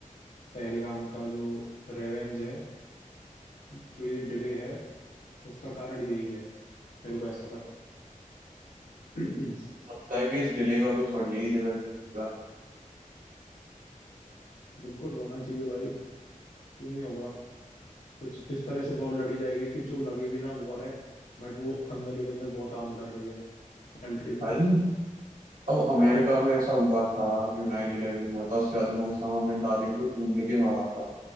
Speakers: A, on the left; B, on the right.
A: पहलगाम का जो रेवेंज है जो ये डिले है उसका कारण यही है मेरे को ऐसा लगता है। <clears throat>
B: ताकि इस डिले का कुछ बढ़िया ही रिजल्ट होगा
A: बिल्कुल होना चाहिए भाई क्यों नहीं होगा कुछ इस तरह से वॉर लड़ी जाएगी कि जो लगे भी ना वॉर है बट वो अंदर ही अंदर बहुत हार्म कर रही है कंट्री को
B: भाई अब अमेरिका में ऐसा हुआ था जो नाइन इलेवन हुआ था उसके बाद में उसामा बिन लादेन को ढूंढ के मारा था